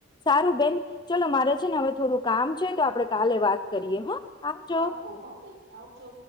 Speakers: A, on the left; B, on the right.
A: સારું બેન ચલો મારે છે ને હવે થોડું કામ છે તો આપડણે કાલે વાત કરીએ હા. આવજો.
B: પાકુ હ બેન આવજો.